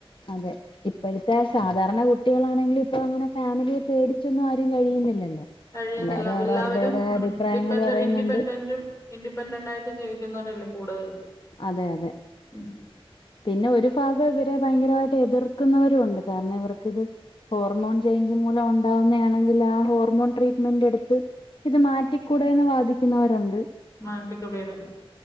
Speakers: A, on the left (about 55°); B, on the left (about 30°).
A: അതെ ഇപ്പോഴത്തെ സാധാരണ കുട്ടികളാണെങ്കിലും ഇപ്പ അങ്ങനെ ഫാമിലിയെ പേടിച്ചൊന്നും ആരും കഴിയുന്നില്ലല്ലോ
B: കഴിയുന്നില്ല
A: എല്ലാരും
B: അവ
A: അവരവരുടേതായ
B: എല്ലാവരും ഉം
A: അഭിപ്രായങ്ങൾ
B: ഇൻഡിപ്പെന്റ
A: പറയുന്നുണ്ട്
B: ഇൻഡിപെൻഡന്റും ഇൻഡിപെൻന്റായിട്ട് ജീവിക്കുന്ന രല്ലേ കൂടുതലും
A: അതെ അതെ
B: ഉം
A: പിന്നെ ഒരു ഭാഗ ഇവരെ ഭയങ്കരമായിട്ട് എതിർക്കുന്നവരുംണ്ട് കാരണം ഇവർക്കിത് ഹോർമോൺ ചേഞ്ച് മൂലം ഉണ്ടാവുന്നത ആണെങ്കിൽ ആ ഹോർമോൺ ട്രീറ്റ്മെന്റ് എടുത്ത് ഇത് മാറ്റിക്കൂടെന്ന് വാദിക്കുന്നവരുണ്ട്
B: മാനറ്റക്ക്ടെന്ന